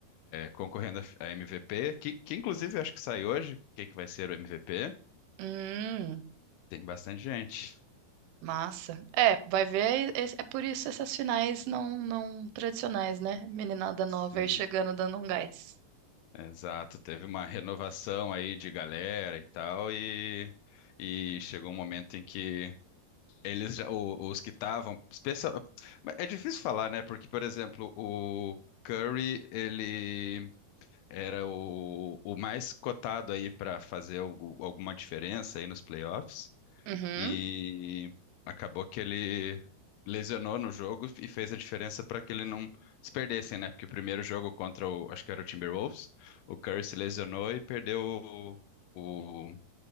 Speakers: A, on the left (about 80°); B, on the right (about 80°).
A: concorrendo a, f- a MVP, que, que inclusive eu acho que sai hoje. Quem que vai ser o MVP?
B: Hum,
A: Tem bastante gente.
B: massa. É, vai ver, é, é por isso essas finais não, não tradicionais, né? Meninada nova
A: Sim.
B: aí chegando dando um gás.
A: Exato, teve uma renovação aí de galera e tal, e, e chegou um momento em que eles já, o- os que estavam, especia- é difícil falar, né? Porque, por exemplo, o Curry, ele era o, o mais cotado aí para fazer algu- alguma diferença aí nos playoffs,
B: Uhum.
A: e acabou que ele lesionou no jogo e fez a diferença para que ele não se perdessem, né? Porque o primeiro jogo contra o, acho que era o Timberwolves, o Curry se lesionou e perdeu o, o,